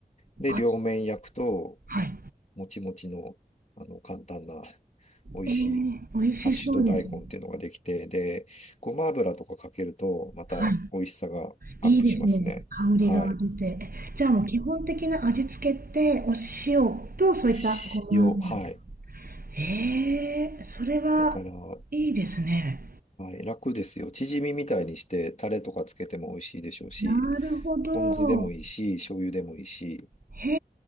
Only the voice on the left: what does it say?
で、
両面焼くと、
もちもちの、あの、簡単な、美味しい、
ハッシュド大根っていうのができて、で、ごま油とかかけると、また美味しさがアップしますね。
はい。
塩、はい。
だから、は
い、楽ですよ。チヂミみたいにして、タレとかつけても美味しいでしょうし、
ポン酢でもいいし、醤油でもいいし、